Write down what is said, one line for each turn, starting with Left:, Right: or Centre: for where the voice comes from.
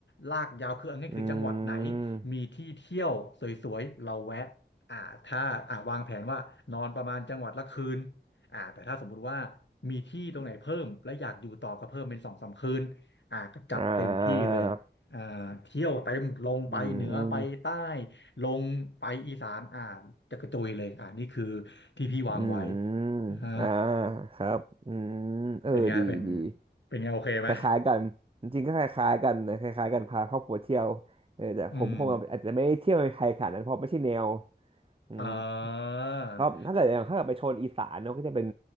Left: ลากยาวคือเอาง่ายคือจังหวัดไหน
Right: อืม
Left: มีที่เที่ยวสวยๆเราแวะอ่าถ้าอ่าวางแผนว่านอนประมาณจังหวัดละคืนอ่าแต่ถ้าสมมุติว่ามีที่ตรงไหนเพิ่มและอยากอยู่ต่อก็เพิ่มเป็นสองสามคืนอ่าก็จัดเต็มที่เลยอ่าเที่ยวเต็มลงไปเหนือไปใต้
Right: อ่า อืมอืม
Left: ลงไปอีสานอ่าจะกระจุยเลยอ่านี่คือที่พี่วางไว้
Right: อืม
Left: อ่า
Right: อ่าครับอืมเออดีดี
Left: เป็นไงเป็นเป็นไงโอเคไหม
Right: คล้ายๆกันจริงๆก็คล้ายๆกันนะคล้ายๆกันพาครอบครัวเที่ยวเออแต่ผมคงอาจจะไม่ได้เที่ยวในไทยขนาดนั้นเพราะไม่ใช่แนว
Left: <laughs> อืม
Right: อืม
Left: อ่า
Right: ครับถ้าเกิดอย่างถ้าเกิดไปโซนอีสานเนาะก็จะเป็น